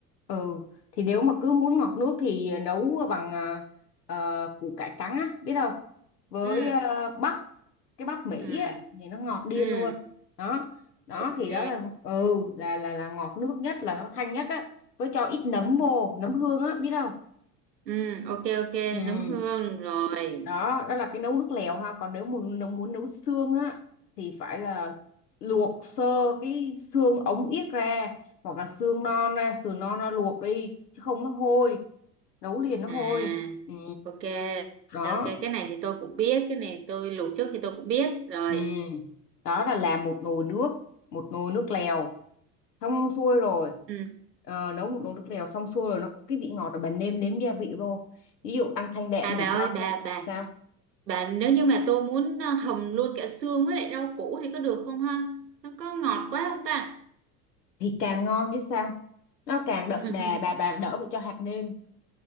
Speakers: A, on the left (about 75°); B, on the right (about 80°).
A: ừ thì nếu mà cứ muốn ngọt nước thì nấu bằng à, ờ, củ cải trắng á biết không với
B: Ừ.
A: ờ, bắp cái bắp Mỹ
B: Ừ.
A: á thì nó ngọt điên
B: Ừ.
A: luôn đó đó
B: Ok.
A: thì đó là ừ là là là ngọt nước nhất là nó thanh nhất á với cho ít nấm vô nấm hương á biết không
B: Ừ, ok ok,
A: ừ
B: nấm hương rồi.
A: đó đó là cái nấu nước lèo ha còn nếu muốn nếu muốn nấu xương á thì phải là luộc sơ cái xương ống yết ra hoặc là xương non
B: Ừ.
A: ra sườn non ra luộc đi chứ không nó hôi nấu liền nó
B: À.
A: hôi ừ
B: Ok.
A: đó
B: Ok, cái này thì tôi cũng biết, cái này tôi luộc trước thì tôi cũng biết rồi.
A: ừ đó là làm một nồi nước một nồi nước lèo xong xuôi rồi
B: Ừ.
A: ờ, nấu một nồi nước lèo xong xuôi rồi nó có cái vị ngọt rồi bạn nêm nếm gia vị vô ví dụ ăn thanh đạm
B: À
A: thì
B: bà ơi,
A: cho
B: bà
A: thêm
B: bà
A: sao
B: Bạn nếu như mà tôi muốn à, hầm luôn cả xương với lại rau củ thì có được không ha? Nó có ngọt quá không ta?
A: thì càng ngon chứ sao nó càng đậm
B: <laughs>
A: đà bà bà đỡ phải cho hạt nêm